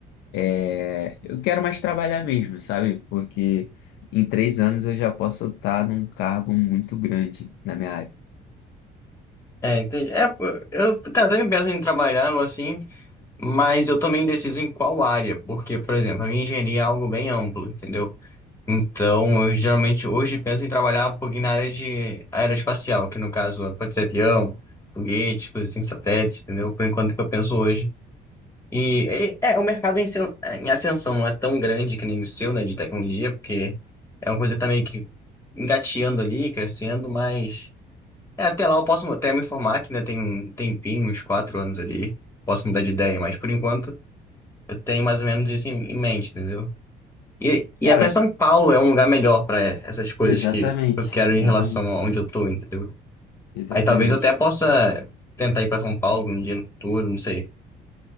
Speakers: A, on the left; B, on the left.
A: é, eu quero mais trabalhar mesmo, sabe? Porque em três anos eu já posso estar num cargo muito grande na minha área.
B: É, entendi. É, pô, eu, cara, eu também penso em trabalhar algo assim, mas eu também indeciso em qual área, porque, por exemplo, a minha engenharia é algo bem amplo, entendeu? Então, eu geralmente hoje penso em trabalhar um pouquinho na área de aeroespacial, que no caso pode ser avião, foguete, coisas assim, satélite, entendeu? Por enquanto que eu penso hoje. E é, é, o mercado em, sen- em ascensão não é tão grande que nem o seu, né, de tecnologia, porque é uma coisa que tá meio que engateando ali, crescendo, mas é, até lá eu posso até me informar que ainda tem um tempinho, uns quatro anos ali, posso mudar de ideia, mas por enquanto eu tenho mais ou menos isso em, em mente, entendeu? E, e
A: Cara,
B: até São Paulo é um lugar melhor para essas coisas
A: exatamente,
B: que eu quero
A: exatamente,
B: em relação a onde eu tô, entendeu?
A: exatamente.
B: Aí talvez eu até possa tentar ir para São Paulo um dia no futuro, não sei.